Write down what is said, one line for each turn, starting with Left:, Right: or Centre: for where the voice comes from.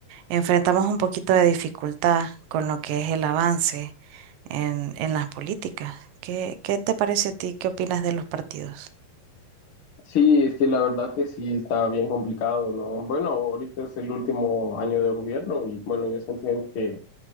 Right: enfrentamos un poquito de dificultad con lo que es el avance en, en las políticas. ¿Qué, qué te parece a ti? ¿Qué opinas de los partidos?
Left: Sí, es que la verdad que sí está bien complicado, ¿no? Bueno, ahorita es el último año de gobierno y bueno, yo entiendo que